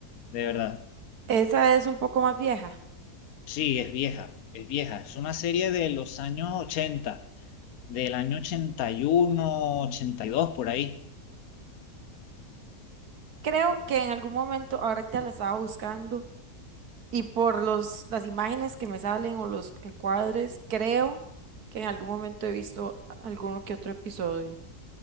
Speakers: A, on the left (about 65°); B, on the right (about 75°).
A: De verdad.
B: Esa es un poco más vieja.
A: Sí, es vieja, es vieja. Es una serie de los años 80. del año ochenta ochenta y uno ochenta y dos por ahí.
B: Creo que en algún momento, ahorita la estaba buscando y por los, las imágenes que me salen o los encuadres, creo que en algún momento he visto alguno que otro episodio.